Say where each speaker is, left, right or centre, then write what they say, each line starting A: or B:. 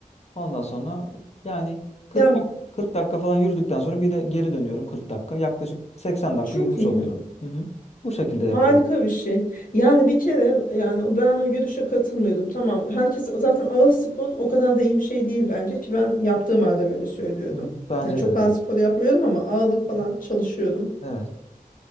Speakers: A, on the left; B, on the left.
A: Ondan sonra yani 40
B: Yani
A: dak- 40 dakika falan yürüdükten sonra bir de geri dönüyorum 40 dakika. Yaklaşık 80 dakika
B: çok
A: yürümüş
B: iyi.
A: oluyorum. Hı hı. Bu şekilde yapıyorum.
B: Harika bir şey. Yani bir kere yani o- ben o görüşe katılmıyordum. Tamam. Herkes zaten ağır spor o kadar da iyi bir şey değil bence ki ben yaptığım halde böyle söylüyordum.
A: Hı hı. Bence
B: Yani çok
A: de
B: ağır
A: değil.
B: spor yapmıyorum ama ağırlık
A: Hı
B: falan
A: hı.
B: çalışıyordum.
A: Evet.